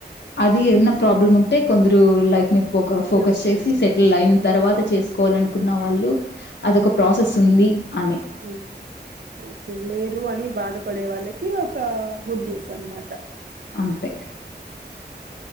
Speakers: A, on the left; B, on the right.
A: అది ఏద్నా ప్రాబ్లమ్ ఉంటే కొందరు లైఫ్ మి ఒక ఫోకస్
B: యూస్
A: చేసి
B: చేసుకోవచ్చు
A: సెటిల్ అయిన తర్వాత చేసుకోవాలనుకున్న వాళ్ళు అదొక ప్రాసెస్
B: ఉమ్
A: ఉంది అని
B: ఉమ్ ఓకే లేరు అని బాధపడే వాళ్ళకి ఒక గుడ్ న్యూస్ అనమాట
A: అంతే